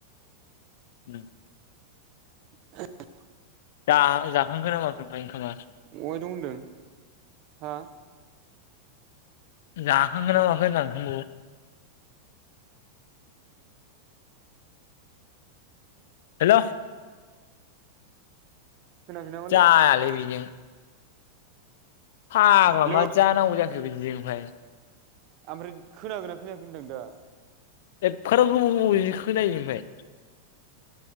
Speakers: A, on the left (about 70°); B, on the right (about 50°).
A: उम।
B: <inaudible>
A: जा-जाखांखोना ना माखो ओमफाय ओंखामा?
B: अहाय दं ओनदों हा?
A: जाखांखोना ना माखो होन्दां ओंखामखौ। हेल'।
B: खोनायाखै नामालै
A: जायालै बिजों। फाग्ला
B: हेलौ
A: मा जानांगौ जाखो। बेबायदिजोंहाय
B: आमफ्राय खोनागोना खोनायाखै होनदों दा?
A: एफाराव गोबाव गोबावजों खोनायो ओमफाय।